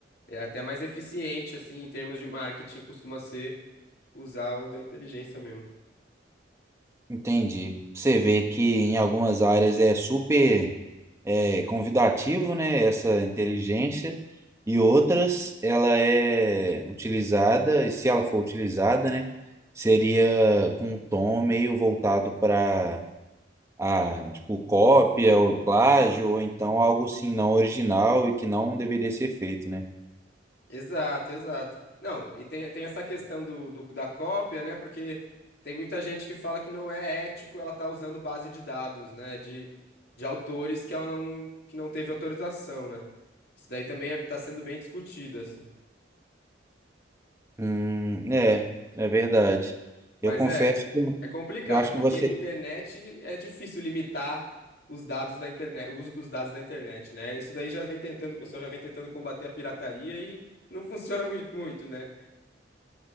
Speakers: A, on the left; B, on the right.
A: É até mais eficiente, assim, em termos de marketing, costuma ser usar o da inteligência mesmo.
B: Entendi. Você vê que em algumas áreas é super é convidativo, né? Essa inteligência. E outras, ela é utilizada, e se ela for utilizada, né? Seria com um tom meio voltado para a, tipo, cópia ou plágio, ou então algo assim não original e que não deveria ser feito, né?
A: Exato, exato. Não, e tem, tem essa questão do, do- da cópia, né? Porque tem muita gente que fala que não é ético ela tá usando base de dados, né? De, de autores que ela não, que não teve autorização, né? Isso daí também é, tá sendo bem discutido, assim.
B: Hum, é, é verdade.
A: Mas
B: Eu confesso
A: é,
B: que eu
A: é complicado,
B: eu acho
A: porque
B: que você.
A: na internet é difícil limitar os dados da internet, o uso dos dados da internet, né? Isso daí já vem tentando, o pessoal já vem tentando combater a pirataria e não funciona <laughs> muito, muito, né?